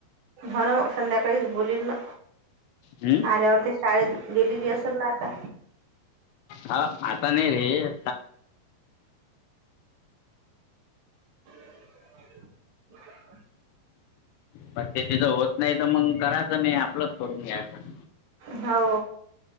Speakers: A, on the right; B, on the left.
A: हा ना, मग संध्याकाळीच बोलील ना.
B: हं?
A: आल्यावर ते शाळेत गेलेली असेल ना आता?
B: हा आता नाही रे-
A: <inaudible>
B: पण ते तिथ होत नाही तर मग करायचं नाही, आपलंच करून घ्यायचं.
A: हो.